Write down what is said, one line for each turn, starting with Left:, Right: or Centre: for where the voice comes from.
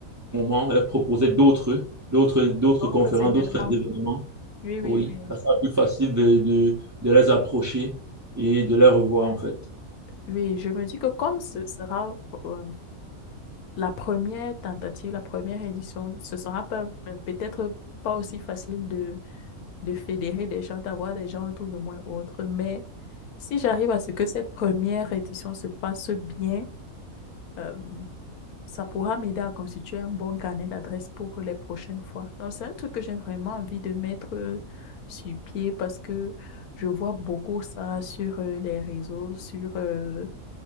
Right: moment leur proposer d'autres, d'autres, d'autres
Left: D'autres
Right: conférences,
Left: événements.
Right: d'autres événements
Left: Oui, oui,
Right: oui,
Left: oui.
Right: ça sera plus facile de, de, de les approcher et de les revoir en fait.
Left: Oui, je me dis que comme ce sera, euh, la première tentative, la première édition, ce sera pas- mais peut-être pas aussi facile de, de fédérer des gens, d'avoir des gens autour de moi ou autre, mais si j'arrive à ce que cette première édition se passe bien, euh, ça pourra m'aider à constituer un bon carnet d'adresses pour les prochaines fois. Donc, c'est un truc que j'ai vraiment envie de mettre euh, sur pied parce que je vois beaucoup ça sur euh, les réseaux, sur euh,